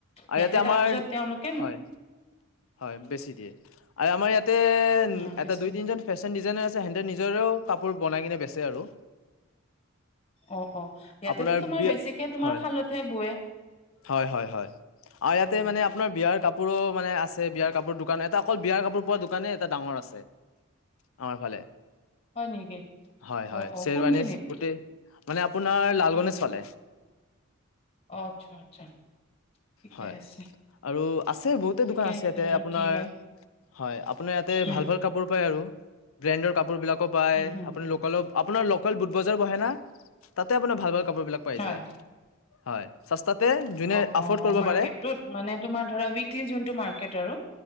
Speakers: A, on the left; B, on the left.
A: আৰু
B: ইয়াতে
A: আমাৰ
B: তাৰপিছত তেওঁলোক
A: হয় হয় বেছি দিয়ে আৰু আমাৰ ইয়াতে
B: উম বেছি
A: এটা দুই তিনিজন ফেশ্বন ডিজাইনাৰ আছে সিহঁতে নিজৰেও কাপোৰ বনাই কিনে বেচে আৰু
B: অঁ অঁ ইয়াতেতটো
A: আপোনাৰ
B: তোমাৰ
A: বিয়া
B: বেছিকৈ তোমাৰ
A: হয়
B: হালতহে বোৱে
A: হয় হয় হয় আৰু ইয়াতে
B: উম
A: মানে আপোনাৰ বিয়াৰ কাপোৰো মানে আছে বিয়াৰ কাপোৰ দোকান এটা অকল বিয়াৰ কাপোৰ পোৱা দোকানে এটা ডাঙৰ আছে আমাৰ ফালে
B: হয় নেকি
A: হয় হয়
B: অঁ অঁ
A: শ্বেৰৱানী
B: কোনখিনিত
A: গোটেই মানে আপোনাৰ লালগণেজ
B: উম হম
A: ফালে
B: অঁ আচ্ছা আচ্ছা ঠিকে
A: হয়
B: আছে
A: আৰু আছে বহুতে
B: ঠিকে
A: দোকান আছে ইয়াতে
B: বাৰু
A: আপোনাৰ
B: কি হয়
A: হয় আপোনাৰ ইয়াতে
B: উম
A: ভাল ভাল কাপোৰ পাই আৰু বেনদৰ কাপোৰ বিলাক হ'ব পায়
B: উম হম
A: আপোনাৰ লোকেলত আপোনাৰ লোকেল বুট বজাৰ বহে না তাতে আপোনাৰ ভাল ভাল কাপোৰ বিলাক পাই
B: হয়
A: যায় হয় চস্তাত এহ যোনে
B: অ অ
A: আৰফৰ্ড কৰিব
B: মাৰ্কেটটোত
A: পাৰে
B: মানে তোমাৰ ধৰা উইকলি যোনটো মাৰ্কেট আৰু